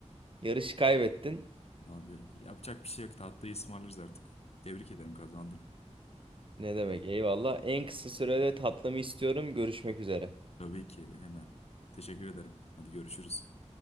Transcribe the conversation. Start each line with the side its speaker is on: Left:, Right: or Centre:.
Right: Yarışı kaybettin.
Left: Abi yapacak bir şey yok. Tatlıyı ısmarlarız artık. Tebrik ederim kazandın.
Right: Ne demek? Eyvallah. En kısa sürede tatlımı istiyorum. Görüşmek üzere.
Left: Tabii ki hemen. Teşekkür ederim. Hadi görüşürüz.